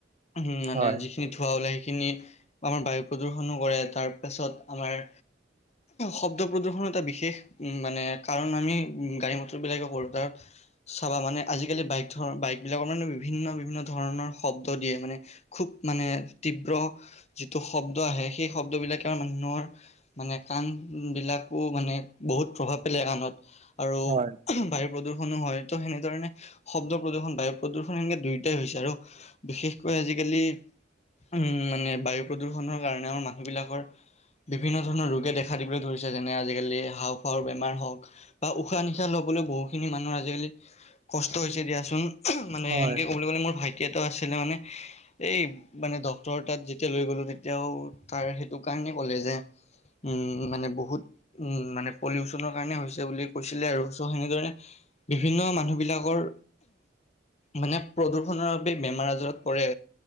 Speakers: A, on the left; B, on the right.
A: উম, মানে
B: হয়
A: যিখিন ধোৱা ওলাই সেইখিনি, আমাৰ বায়ু প্ৰদূষণো কৰে, তাৰ পাছত আমাৰ শব্দ প্ৰদূষণো এটা বিশেষ মানে কাৰণ আমি, গাড়ী মটৰ বিলাকে কৰোঁ, তাত চাবা মানে, আজিকালি বাইক ধৰ বাইকবিলাকৰ মানে বিভিন্ন, বিভিন্ন ধৰণৰ শব্দ দিয়ে মানে। খুব মানে তীব্ৰ, যিটো শব্দ আহে সেই শব্দবিলাকে মানুহৰ মানে কাণ বিলাককো মানে বহুত প্ৰভাৱ পেলাই কাণত, আৰু
B: হয়
A: বায়ু প্ৰদূষণো হয়, ত' সেনেধৰণে শব্দ প্ৰদূষণ, বায়ু প্ৰদূষণ সেনেকে দুয়োটাই হৈছে, আৰু বিশেষকৈ আজিকালি, উম, মানে বায়ু প্ৰদূষণৰ কাৰণে আমাৰ মানুহ বিলাকৰ বিভিন্ন ধৰণৰ ৰোগে দেখা দিবলৈ ধৰিছে, যেনে আজিকালি বেমাৰ হওঁক, বা উশাহ-নিশাহ ল'বলৈ বহু খিনি মানুহৰ আজিকালি কষ্ট হৈছে দিয়াচোন, মানে
B: হয়
A: এনেকে ক'বলৈ গ'লে মোৰ ভাইটি এটা আছিলে মানে এই মানে ডক্টৰ তাত যেতিয়া লৈ গ'লো, তেতিয়াও তাৰ সেইটো কাৰণে ক'লে যে উম, মানে বহুত, উম, মানে পলিউচনৰ কাৰণে হৈছে বুলি কৈছিলে আৰু, চ' সেনেদৰে বিভিন্ন মানুহ বিলাকৰ মানে প্ৰদূষণৰ বাবে বেমাৰ-আজাৰত পৰে।